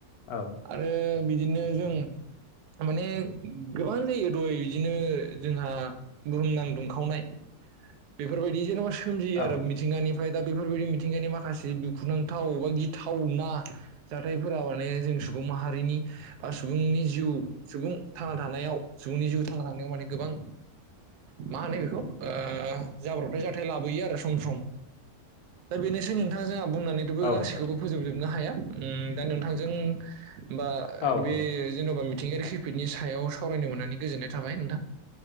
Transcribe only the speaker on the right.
आरो बिदिनो जों माने गोबां जायो दहय इदिनो जोंहा बुहुमनां दुं खावनाय बेफोरबायदि जेनबा सोमजियो
आरो मिथिंगानिफ्राय दा बेफोरबायदि मिथिंगानि माखासे दुखुनांथाव बा गिथावना जाथायफोरा माने जों स सुबुं माहारिनि बा सुबुंनि जिउ सुबुं थांना थानायाव सुबुंनि जिउ थांना थानायाव माने गोबां <unintelligible> मा होनो बेखौ ओ जाब्रबथाय जाथाय लाबोयो आरो सम सम। दा बेनोसै नोंथांजोंहा बुंनानैथ'बो
गासैखौबो
फोजोबजोबनो हाया ओम दा नोंथांजों होमबा
बे
जेन'बा मिथिंगायारि खैफोदनि सायाव सावरायनो मोननानै गोजोननाय थाबाय नोंथां।